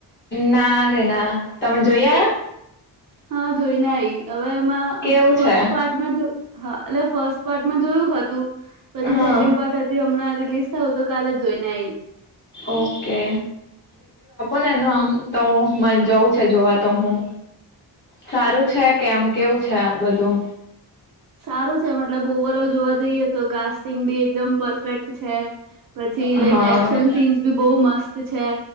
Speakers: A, on the left; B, on the right.
A: ના રે ના. તમે જોઈઆ?
B: હા જોઈને આઈ. હવે એમાં
A: કેવું
B: ફર્સ્ટ
A: છે
B: પાર્ટમાં જો હા એટલે ફર્સ્ટ પાર્ટમાં જોયું હત તું, પછી
A: હા
B: સેકન્ડ પાર્ટ હજી હમણાં રિલીસ થયું તો કાલે જ જોઈને આઈ.
A: ઓકે <unintelligible> આમ તો મન જવું છે જોવા તો, હું સારું છે કે આમ કેવું છે એમ બધું?
B: સારું છે મતલબ. ઓવર ઓલ જોવા જઈએ તો કાસ્ટીંગ બી એકદમ પરફેક્ટ છે, પછી
A: હા
B: લાઈક એક્શન સીન્સ બી બો મસ્ત તુ છે